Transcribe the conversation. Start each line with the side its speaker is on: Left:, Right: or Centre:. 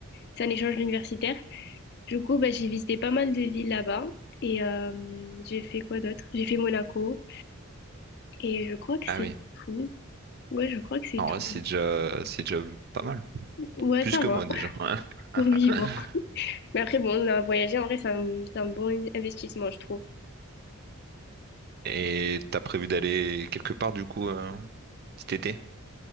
Left: c'est un échange universitaire. Du coup, bah, j'ai visité pas mal de villes là-bas. Et euh, j'ai fait quoi d'autre? J'ai fait Monaco. Et je crois que
Right: Ah
Left: c'est
Right: oui.
Left: tout. Ouais, je crois que c'est
Right: En
Left: tout.
Right: vrai, c'est déjà, c'est déjà pas mal.
Left: Ouais,
Right: Plus
Left: ça
Right: que
Left: va.
Right: moi déjà.
Left: <laughs>
Right: <laughs>
Left: Oui, bon. Mais après, bon, euh, voyager, en vrai, c'est un, c'est un bon investissement, je trouve.
Right: Et t'as prévu d'aller quelque part du coup euh, cet été?